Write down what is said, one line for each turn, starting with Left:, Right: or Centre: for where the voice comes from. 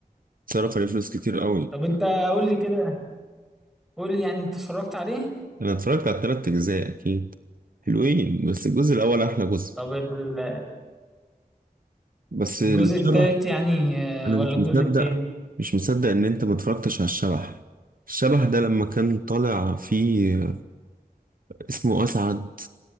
Right: اتصرف عليه فلوس كتير قوي
Centre: طب أنت قول لي كده قول لي يعني أنت اتفرجت عليه
Right: انا اتفرجت على التلات اجزاء اكيد حلوين بس الجزء الاول احلى جزء
Centre: طب ال-
Right: بس
Centre: الجزء
Right: الشبح
Centre: التالت يعني آه،
Right: انا
Centre: ولا
Right: مش
Centre: الجزء
Right: مصدق
Centre: التاني
Right: مش مصدق ان انت ما اتفرجتش على الشبح الشبح ده لما كان طالع فيه اسمه اسعد